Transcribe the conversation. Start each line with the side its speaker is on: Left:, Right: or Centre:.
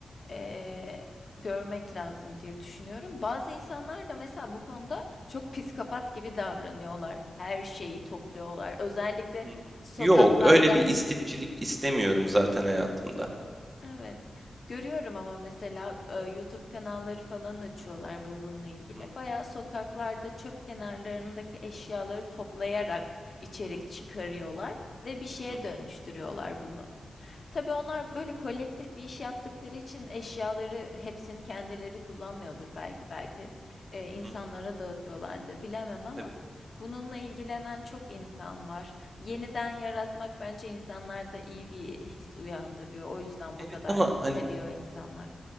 Left: e, görmek lazım diye düşünüyorum. Bazı insanlar da mesela bu konuda çok psikopat gibi davranıyorlar. Her şeyi topluyorlar. Özellikle
Right: hı hı.
Left: sokaklarda.
Right: Yok, öyle bir istifçilik istemiyorum zaten hayatımda.
Left: Evet. Görüyorum ama mesela e, YouTube kanalları falan açıyorlar bununla ilgili.
Right: Hı
Left: Bayağı sokaklarda çöp kenarlarındaki eşyaları toplayarak içerik çıkarıyorlar ve bir şeye
Right: hı,
Left: dönüştürüyorlar bunu. Tabii onlar böyle kolektif bir iş yaptıkları için eşyaları hepsini kendileri kullanmıyordur belki. Belki e, insanlara
Right: hı hı,
Left: dağıtıyorlardır bilemem ama
Right: tabii.
Left: bununla ilgilenen çok insan var. Yeniden yaratmak bence insanlarda iyi bir his uyandırıyor. O yüzden bu
Right: Evet
Left: kadar
Right: ama hani
Left: seviyor insanlar.